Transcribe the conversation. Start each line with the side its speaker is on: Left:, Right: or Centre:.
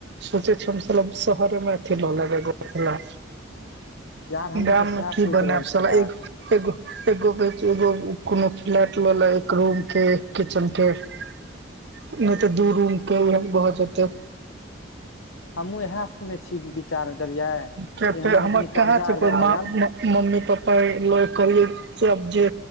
Right: सोचै छ शहरेमे अथिी ल लगो
Left: यार हमहूँ
Right: गाममे
Left: तऽ सएह
Right: की
Left: सोचि
Right: बनसाल
Left: रहल छी यार
Right: एक एगो एगो एगो कोनो फ्लैट लै एक रूम के एक किचन के नहि तऽ दू रूम के वह बहुत जाते
Left: हमहु इएह में छी विचार रहलिये लेकिन
Right: फेर
Left: हमरा
Right: हमर
Left: त कनी
Right: कहाँ
Left: कर्जा
Right: छै
Left: उर्जा
Right: कोइ
Left: भऽ
Right: माँ
Left: गेल
Right: मम्मी पप्पा ल करिय जे